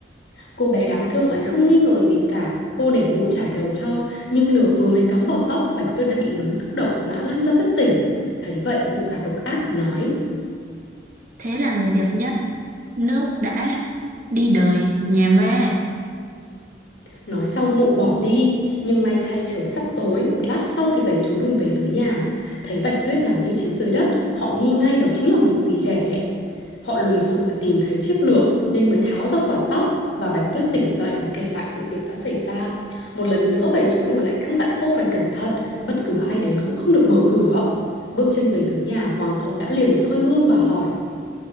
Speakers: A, on the left (about 80°); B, on the right (about 45°).
A: cô bé đáng thương ấy không nghi ngờ gì cả, cô để mụ chải đầu cho, nhưng lược vừa mới cắm vào tóc, Bạch Tuyết đã bị ngấm thuốc độc, ngã lăn ra bất tỉnh. Thấy vậy, mụ già độc ác mà nói.
B: Thế là người đẹp nhất. Nước đã đi đời nhà ma.
A: Nói xong mụ bỏ đi, nhưng may thay trời sắp tối, một lát sau thì bảy chú lùn về tới nhà. Thấy Bạch Tuyết nằm như chết dưới đất, họ nghi ngay đó chính là mụ dì ghẻ. Họ lùng sục và tìm thấy chiếc lược nên mới tháo ra khỏi tóc và Bạch Tuyết tỉnh dậy và kể lại sự việc đã xảy ra. Một lần nữa bảy chú lùn lại căn dặn cô phải cẩn thận, bất cứ ai đến cũng không được mở cửa. Bước chân về tới nhà, hoàng hậu đã liền soi gương và hỏi.